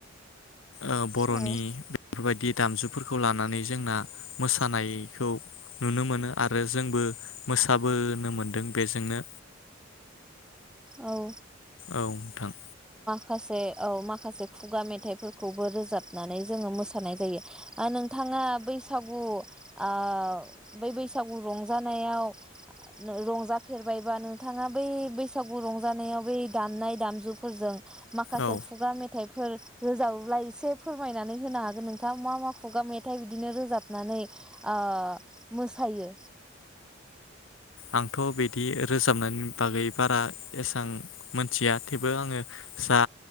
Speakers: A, on the left (about 80°); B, in the centre.
A: ओ बर'नि
B: औ
A: बेफोरबायदि दामजुफोरखौ लानानै जोंना मोसानायखौ नुनो मोनो आरो जोंबो मोसाबोनो मोनदों बेजोंनो।
B: औ
A: औ नोंथां
B: खासे औ माखासे खुगा मेथाइफोरखौबो रोजाबनानै जोङो मोसानाय जायो आरो नोंथाङा बैसागु आ बै बैसागु रंजानायाव रंजाफेरबायबा नोंथाङा बै बै सागु रंजानायाव ब दामनाय दामजुफोरजों माखासे
A: औ
B: खुगा मेथाइ फोर रोजाबोब्ला एसे फोरमायनानै होनो हागोन नोंथाङा मा मा खुगा मेथाइ बिदिनो रोजाबनानै ओ मोसायो।
A: आं थ बिदि रोजाबनायनि बागै बारा एसां मोनथिया थेवबो आङो जा